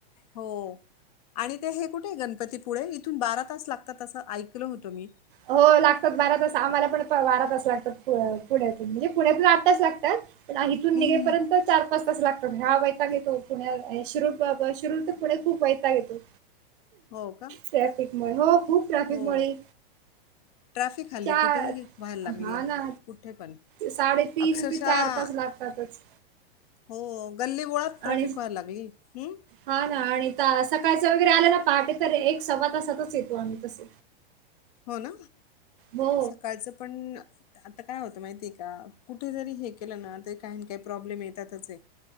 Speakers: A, on the left (about 40°); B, on the right (about 60°).
A: हो आणि ते हे कुठे गणपतीपुळे इथून बारा तास लागतात असं ऐक लं होतं मी.
B: हो लागतात बारा तास आम्हाला पण बारा तास लागतात पुण्यातून म्हणजे पुण्यातून आठ तास लागतात. पण इथून
A: हम्म
B: निघेपर्यंत
A: हम्म
B: चार पाच पाच लागतात ह्या वैताग येतो पुण्या शररू प प शिरूर पण. पुढ खूप वैताग येतो
A: हो का
B: ट्रॅफिकमुळे हो खूप ट्रॅफिकमुळे.
A: हो ट्रॅफिक हल्ली
B: चार
A: कुठेही व्हायला लागली
B: हा
A: आहे
B: ना
A: कुठे पण.
B: साडेतीन
A: अक्षरशः
B: ते चार तास लागतातच
A: हो गल्ली गोळात ट्रॅफिक
B: आणि
A: व्हायला लागली हम्.
B: हा ना आणि सकाळच वगैरे आल्या ना पहाटे तर एक सव्वा तासातच येतो आम्ही तस.
A: हो ना
B: हो
A: सकाळचं पण. आता काय होतं माहितीय आहे का कुठे जरी हे केलं ना तरी काही काही प्रॉब्लेम येतातच हाय.